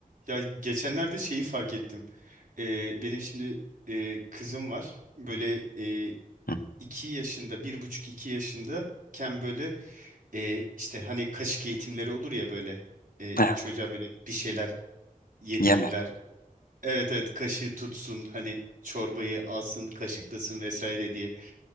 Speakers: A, on the right; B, on the left.
A: Ya geçenlerde şeyi fark ettim. Ee, benim şimdi e, kızım var. Böyle e,
B: Hı.
A: iki yaşında, bir buçuk iki yaşındayken böyle e, işte hani kaşık eğitimleri olur ya böyle e,
B: Evet,
A: çocuğa böyle bir şeyler yedirirler.
B: yeme.
A: Evet evet kaşığı tutsun hani çorbayı alsın kaşıklasın vesaire diye.